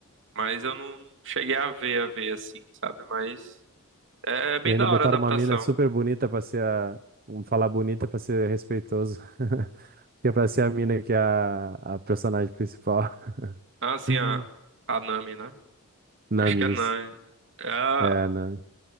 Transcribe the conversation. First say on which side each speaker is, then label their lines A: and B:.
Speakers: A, on the right (about 60°); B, on the right (about 45°).
A: Mas eu não cheguei a ver, a ver assim, sabe? Mas é bem
B: e ainda
A: da
B: botaram
A: hora a adaptação.
B: uma mina super bonita pra ser a, vamos falar bonita pra ser respeitoso, <laughs> que é pra ser a mina que é a, a personagem principal,
A: Ah, assim,
B: <laughs>
A: a, a Nami, né?
B: Namis.
A: Acho que é a Nami. É, a-
B: É, Nami.